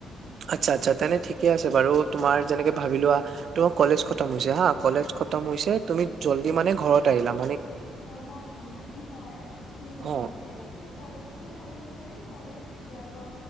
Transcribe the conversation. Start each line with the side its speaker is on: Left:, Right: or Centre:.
Right: আচ্ছা আচ্ছা তেনে ঠিকে আছে বাৰু তোমাৰ যেনেকে ভাবি লোৱা, তোমাৰ কলেজ খতম হৈছে হা কলেজ খতম হৈছে তুমি জল্দি মানে ঘৰত আহিলাম।
Left: অ', হয় মানে, কি হয় কি হয়
Right: অ
Left: মানে, মোৰ কলেজটো থাকিলে মানে কলেজ কেতিয়াবা